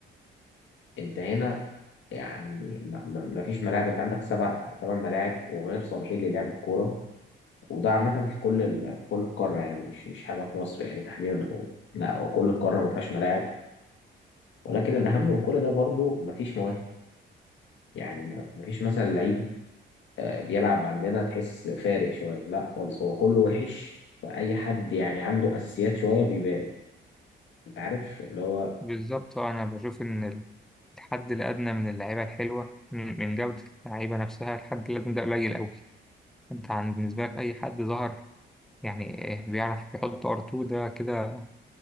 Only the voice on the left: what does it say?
انت هنا يعني ما, ما, ما فيش ملاعب انت عندك سبع ثمان ملاعب وغير صالحين للعب الكوره وده عامه في كل ال... في كل القاره يعني مش مش حاجه في مصر يعني تحديدا هو لا هو كل القاره ما فيهاش ملاعب ولكن الاهم من كل ده برضو ما فيش مواهب يعني ما ما فيش مثلا لعيب آه، بيلعب عندنا تحس فارق شويه لا خالص هو كله وحش فاي حد يعني عنده اساسيات شويه بيبان انت عارف اللي هو